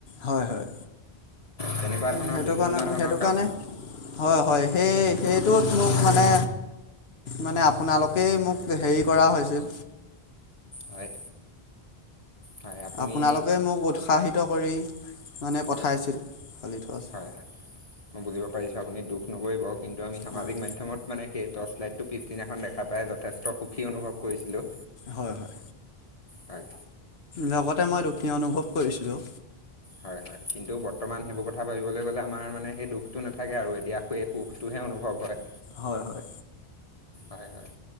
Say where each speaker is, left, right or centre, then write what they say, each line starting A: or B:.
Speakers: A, on the left; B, on the left.
A: হয় হয়,
B: তেনেকুৱা ধৰণৰ
A: সেইটো
B: বিভিন্ন
A: কাৰণে,
B: ধৰণৰ
A: সেইটো
B: কাম
A: কাৰণে হয় হয়, সেই সেইটোত, মোক মানে মানে আপোনালোকেই মোক হেৰি কৰা হৈছিল
B: হয়। হয় আপুনি
A: আপোনালোকে মোক উৎসাহিত কৰি মানে
B: হয়
A: পঠাইছিল, পালি থোৱাছে
B: হয়
A: <unintelligible>
B: হয় মই বুজিব পাৰিছোঁ আপুনি দুখ নকৰিব কিন্তু, আমি সামাজ
A: হয়
B: মাধ্যমত মানে সেই টৰ্চ লাইট টো ফিফটিন এখন দেখা পাই যথেষ্ট সুখী অনুভৱ কৰিছিলোঁ।
A: হয় হয়।
B: হয়।
A: লগতে মই দুখী অনুভৱ কৰিছিলোঁ।
B: হয় হয় কিন্তু বৰ্তমান সেইবোৰ কথা ভাবিবলৈ গ'লে আমাৰ মানে সেই দুখটো নাথাকে আৰু এতিয়া। সুখেই সুখটোহে অনুভৱ হয়।
A: হয় হয়।
B: হয় হয়।